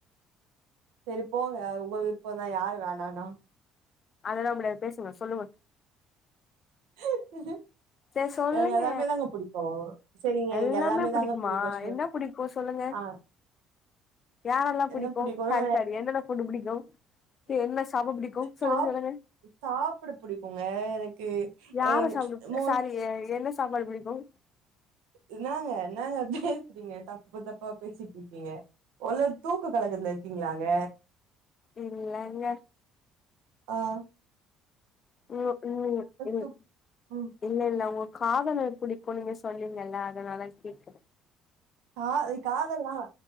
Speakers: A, on the right (about 80°); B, on the left (about 45°).
A: சரி போங்க உங்க விருப்போன்தா யாரு வேணாம்னா
B: அதெல்லாம் முடியாது பேசுங்க சொல்லுங்க
A: <inaudible>
B: சரி சொல்லுங்க
A: எனக்கு எல்லாமே தாங்க புடிக்கு செரிங்க எனக்கு
B: எல்லாமே பிடிக்குமா
A: தாங்க புடிக்கு சொ
B: என்ன பிடிக்கும் சொல்லுங்க
A: ஆ
B: யாரெல்லாம்
A: என்ன
B: பிடிக்கும்
A: புடிக்குனா
B: சாரி சாரி என்னென்ன புட்டு பிடிக்கும் சரி என்ன சாப்பிட பிடிக்கும் சொல்லுங்க
A: சாப்
B: சொல்லுங்க
A: சாப்புட புடிக்குங்க எனக்கு
B: யாரா
A: எ
B: சாப்பிட
A: மோஸ்
B: சாரி என்ன சாப்பாடு பிடிக்கும்
A: என்னங்க என்னங்க பேசுறீங்க தப்பு தப்பா பேசிட்டு இருக்கீங்க மொதல்ல தூக்க கலகத்துல இருக்கீங்களாங்க
B: இல்லங்க
A: ஆஹ்
B: உம் உ
A: தூக் ம்
B: இல்ல இல்ல உங்க காதல பிடி கும் சொன்னீங்கல்ல அதனாலா கேட்குற
A: கா காதெல்லாம்